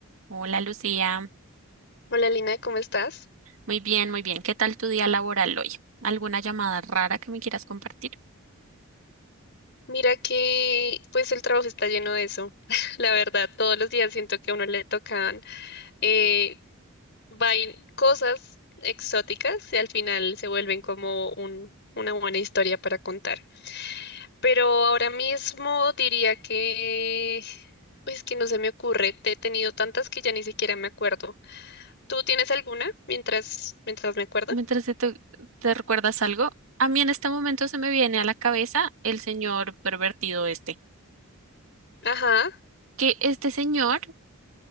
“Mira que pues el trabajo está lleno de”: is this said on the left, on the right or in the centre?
Left